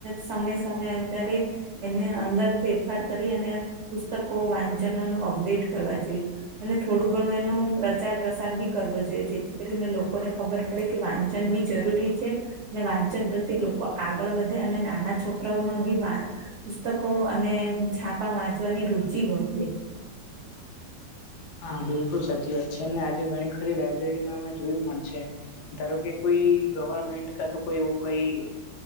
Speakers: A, on the right; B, on the left.
A: સમય સમય અંતરે એને અંદર ફેરફાર કરી અને પુસ્તકો વાંચનો નું અપડેટ કરવા જોઈએ. અને થોડું ઘણું એનો પ્રચાર પ્રસાર બી કરવો જોઈએ જેથી કરીને લોકોને ખબર પડે કે વાંચન બી જરૂરી છે. ને વાંચન પ્રત્યે લોકો આગળ વધે અને નાના છોકરાઓમાં બી પુસ્તકો અને છાપા વાંચવાની રુચિ વધે.
B: હા બિલકુલ સાચી વાત છે અને આજે ઘણી ખરી લાઈબ્રેરીમાં અમે જોયું પણ છે. ધારો કે કોઈ ગવર્મેન્ટ કા તો કોઈ એવું કઈ